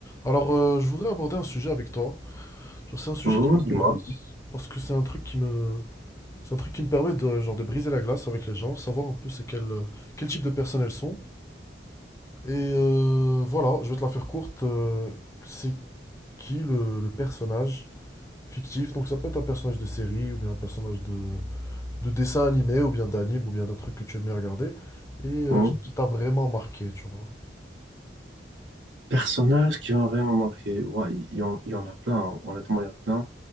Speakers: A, on the left; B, on the right.
A: Alors, euh, je voudrais aborder un sujet avec toi. Genre, c'est un sujet
B: Mhm,
A: qui m'intéresse
B: dis-moi.
A: parce que c'est un truc qui me, c'est un truc qui me permet de, genre, de briser la glace avec les gens, savoir un peu c'est quel, euh, quel type de personnes elles sont. Et euh, voilà, je vais te la faire courte. euh, c'est qui le, le personnage fictif? Donc, ça peut être un personnage de série ou bien un personnage de, de dessin animé ou bien d'anime ou bien d'un truc que tu aimes bien regarder et euh,
B: Mhm.
A: qui t'a vraiment marqué, tu vois.
B: Personnages qui m'ont vraiment marqué. Ouais, il y, en il y en a plein. hein. Honnêtement, il y en a plein.